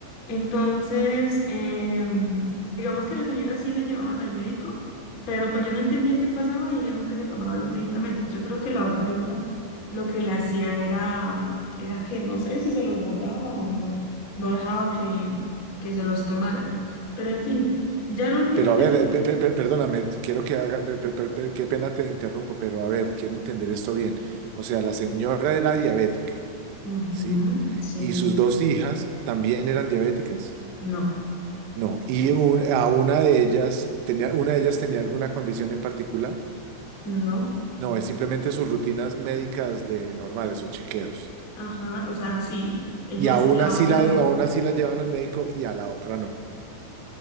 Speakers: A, on the left; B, on the right.
A: Entonces, em, digamos que la señora sí la llevaban al médico, pero pues yo no entendía qué pasaba y ella nunca se tomaba los medicamentos. Yo creo que la otra hija lo que le hacía era, era que no sé si se los botaba o no, no dejaba que, que se los tomara. Pero en fin, ya lo último
B: Pero
A: que
B: a ver,
A: supe,
B: eh, pe- pe- pe- perdóname, te- quiero que haga, pe- pe- pe- pe- qué pena te interrumpo, pero a ver, quiero entender esto bien. O sea, la señora era diabética,
A: ujú,
B: ¿sí?
A: sí,
B: ¿Y sus dos hijas también eran diabéticas?
A: no,
B: No, y un- a una de ellas tenía, una de ellas tenía alguna condición en particular.
A: no,
B: No, es simplemente sus rutinas médicas de normales, sus chequeos.
A: ajá, o sea, sí, ellas
B: Y a una
A: llevaban
B: sí la,
A: a la mamá.
B: a una sí la llevan al médico y a la otra no.